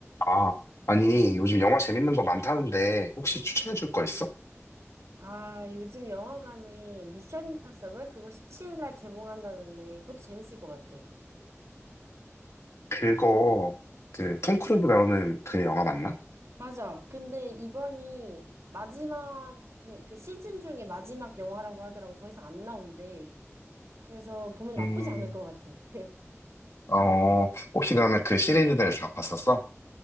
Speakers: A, on the left (about 65°); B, on the right (about 75°).
A: 아, 아니, 요즘 영화 재밌는 거 많다는데, 혹시 추천해 줄 거 있어?
B: 아, 요즘 영화관에 미션 임파서블 그거 17일 날 개봉한다는데 그것도 재밌을 것 같아.
A: 그거, 그, 톰 크루즈 나오는 그 영화 맞나?
B: 맞아. 근데 이번이 마지막 그, 그 시즌 중에 마지막 영화라고 하더라고. 더 이상 안 나온대. 그래서 보면 나쁘지
A: 음,
B: 않을 것 같아. <laughs>
A: 어, 혹시 그러면 그 시리즈들 다 봤었어?